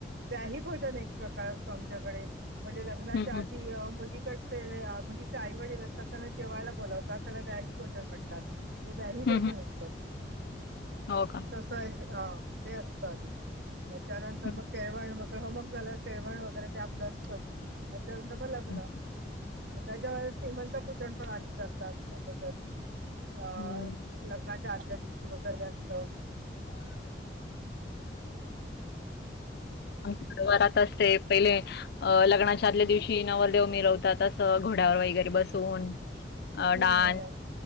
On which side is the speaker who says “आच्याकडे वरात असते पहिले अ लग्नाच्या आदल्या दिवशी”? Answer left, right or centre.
Left